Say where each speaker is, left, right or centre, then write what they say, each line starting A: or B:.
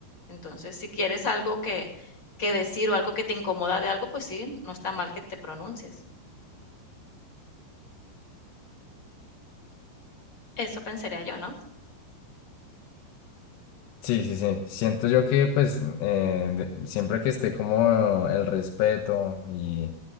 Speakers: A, on the left; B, on the left.
A: Entonces, si quieres algo que, que decir o algo que te incomoda de algo, pues sí, no está mal que te pronuncies. Eso pensaría yo, ¿no?
B: Sí, sí, sí. Siento yo que pues mm, eh, de- siempre que esté como el respeto y